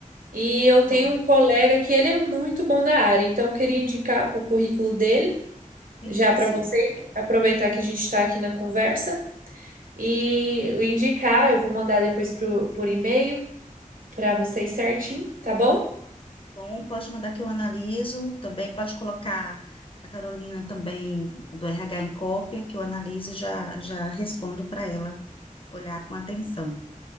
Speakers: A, on the right; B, on the left.
A: E
B: Então,
A: eu tenho um colega que ele é muito bom na área, então eu queria indicar o currículo dele
B: sim,
A: já para
B: sim.
A: vocês, aproveitar que a gente está aqui na conversa e indicar, eu vou mandar depois pro, por e-mail para vocês certinho, tá bom?
B: Bom, pode mandar que eu analiso. Também pode colocar a Carolina também do RH em cópia, que eu analiso e já, já respondo para ela olhar com atenção,